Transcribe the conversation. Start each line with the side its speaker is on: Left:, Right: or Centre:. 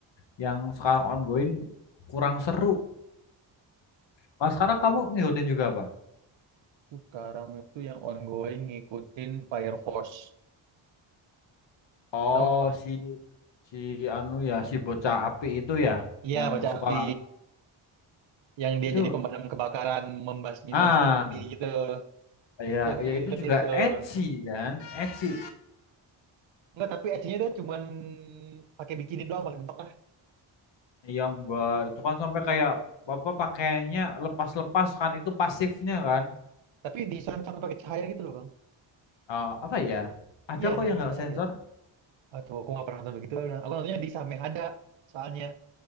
Left: yang sekarang ongoing kurang seru. Kalau sekarang kamu ngikutin juga apa?
Right: Aku sekarang itu yang ongoing ngikutin Fire Force.
Left: Oh,
Right: Tahu nggak, Bang?
Left: si si anu ya si bocah api itu ya
Right: Iya,
Left: yang
Right: baca
Left: suka
Right: api. Yang dia
Left: itu
Right: jadi pemadam kebakaran, membasmi
Left: ah
Right: monster api gitu.
Left: ya
Right: Itu aku
Left: ya
Right: lagi ngikutin
Left: itu juga
Right: tuh.
Left: ecchi kan ecchi
Right: Enggak, tapi aksinya dia cuman pakai bikini doang paling mentok lah.
Left: Iya enggak, itu kan sampai kayak bapak pakainya lepas-lepas kan itu pasifnya kan.
Right: Tapi diserancar pakai cahaya gitu loh, Bang.
Left: Eh, apa ya? Ada
Right: Iya, diserancar
Left: kok yang
Right: pakai
Left: nggak
Right: cahaya.
Left: sensor?
Right: Aduh, aku nggak pernah nonton begitu. Aku nontonnya di Samehada soalnya.